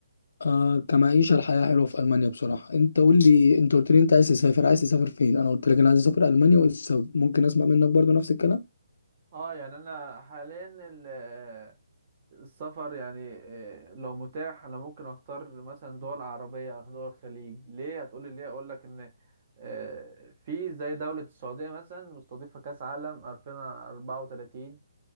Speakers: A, on the left; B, on the right.
A: آه كمعيشة الحياة حلوة في ألمانيا بصراحة أنت قول لي أنت قلت لي أنت عايز تسافر عايز تسافر فين أنا قلت لك أنا عايز أسافر ألمانيا وإيه السبب؟ ممكن أسمع منك برضو نفس الكلام
B: اه يعني انا حاليا ال- السفر يعني آه، لو متاح انا ممكن اختار مثلا دول عربيه او دول الخليج ليه هتقولي ليه اقول لك ان آه، في زي دوله السعوديه مثلا مستضيفه كاس عالم 2034